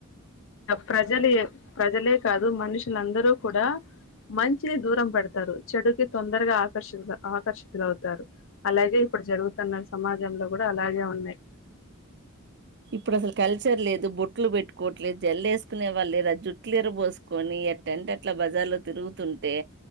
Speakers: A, on the left; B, on the right.
A: ప్రజలు ప్రజలే కాదు మనుషులందరూ కూడా మంచిని దూరం పెడతారు చెడుకి తొందరగా ఆకర్షితు ఆకర్షితులవుతారు అలాగే ఇప్పుడు జరుగుతున్న సమాజంలో కూడా అలాగే ఉన్నాయి
B: ఇప్పుడు అసలు కల్చర్ లేదు బొట్లు పెట్టుకోవట్లేదు జల్లు వేసుకునే వాళ్ళు రా జుట్లు ఎర్రబోసుకొని అట్టెంట్ ఎట్లా బజార్లో తిరుగుతుంటే